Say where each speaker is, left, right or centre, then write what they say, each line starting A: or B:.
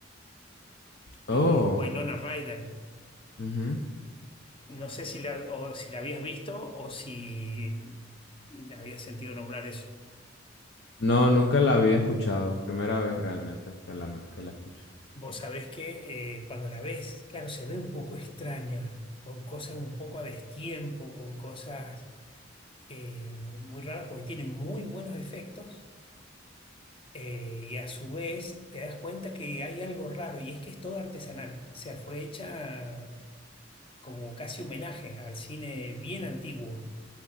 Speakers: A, on the left; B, on the left.
A: y
B: Oh,
A: Winona Ryder.
B: ujú.
A: No sé si la, o si la habías visto o si habías sentido nombrar eso.
B: No, nunca la había escuchado. Primera vez realmente que la, que la escucho.
A: Vos sabés que eh, cuando la ves, claro, se ve un poco extraña, con cosas un poco a destiempo, con cosas eh, muy raras, porque tiene muy buenos efectos Eh, y a su vez te das cuenta que hay algo raro y es que es todo artesanal. O sea, fue hecha como casi homenaje al cine bien antiguo,